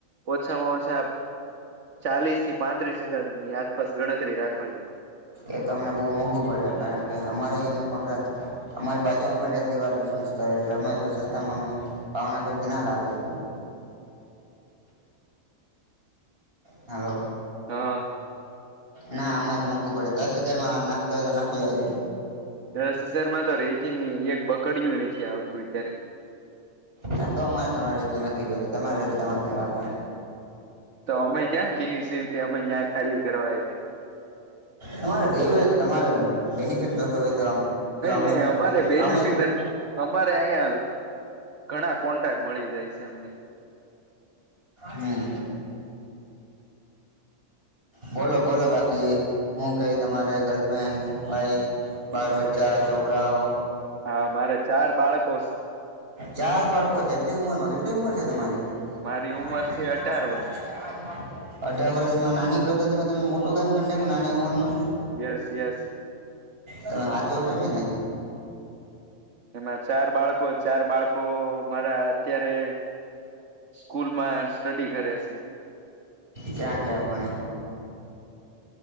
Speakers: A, on the right (about 60°); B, on the right (about 45°).
A: ઓછામાં ઓછા. ચાલીસ થી પાંત્રીસ હજારની આસપાસ ગણતરી રાખવાની.
B: એ તમને બહુ મોંઘું પડે કારણ કે અમારે એનો કોન્ટ્રાક્ટ- - અમારી બાજુમાં પણ રેતી વાર બિઝનેસ કરે એટલે અમે તો સસ્તામાં અમે ભાવનગર થી ના લાવીએ.
A: <inaudible>
B: હાલો.
A: હા.
B: ના અમારે મોંઘુ પડે દસ હજાર માં નાખતા હોય તો નાખી લેજો.
A: દસ હજારમાં તો રેતી ને એક બકડયું નથી આવતું અત્યારે.
B: હા તો અમારે તમારે રહેતું નથી તમારે તમારે ત્યા રાખો.
A: તો અમે ક્યાં કેવી છે કે અમે ત્યાં ખાલી કરવા આયવા.
B: તમારે દેવી હોય તો તમારે- - બેનિફિટ જોતો હોય તો આમ. એમે
A: ને અમારે
B: આમે
A: બેનિફિટ જ અમારે અહીંયા ઘણા કોન્ટ્રાક્ટ મળી જાય છે અમને
B: હમ બોલો બોલો બાકી હું કઈ તમારે ગર્લફ્રેન્ડ ભાઈ બાળ બચ્ચા છોકરાઓ
A: હા મારે ચાર બાળકો
B: ચાર બાળકો છે એટલી ઉમર માં કેટલી ઉંમર છે તમારી
A: મારી
B: <unintelligible>
A: ઉંમર છે અઢાર
B: અઢાર વર્ષમાં નાની પ્રગતિ માં તમે મોટું કામ કરી નાખો નાની ઉંમર માં
A: વર્ષ યસ યસ
B: ત હાચો કેમને
A: એમાં ચાર બાળકો ચાર બાળકો મારા અત્યારે સ્કૂલમાં સ્ટડી કરે છે
B: ક્યાં કે આપણે